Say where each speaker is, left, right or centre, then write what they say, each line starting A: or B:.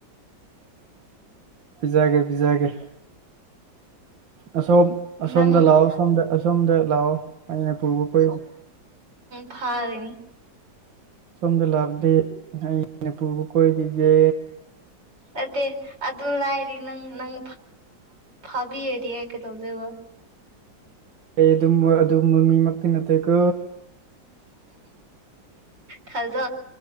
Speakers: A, on the right (about 80°); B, on the right (about 65°).
A: ꯄꯤꯖꯥꯒꯦ ꯄꯤꯖꯥꯒꯦ ꯑꯁꯣ
B: ꯅꯪ
A: ꯑꯁꯣꯝꯗ ꯂꯥꯛꯑꯣ ꯁꯣꯝꯗ ꯑꯁꯣꯝꯗ ꯂꯥꯛꯑꯣ ꯑꯩꯅ ꯄꯨꯕ ꯀ
B: ꯐꯥꯔꯤꯅꯤ
A: ꯁꯣꯝꯗ ꯂꯥꯛꯗꯤ ꯑꯩ ꯅꯨꯄꯨꯕꯨ ꯀꯣꯏꯕꯤꯒꯦ
B: ꯅꯠꯇꯦ ꯑꯗꯨ ꯂꯥꯏꯔꯤ ꯅꯪ ꯅꯪ ꯐꯥꯕꯤꯌꯦꯗꯤ ꯑꯩ ꯀꯩꯗꯧꯗꯣꯏꯕ
A: ꯑꯩ ꯑꯗꯨ ꯑꯗꯨꯝꯕ ꯃꯤꯃꯛꯇꯤ ꯅꯠꯇꯦꯀꯣ
B: ꯊꯥꯖ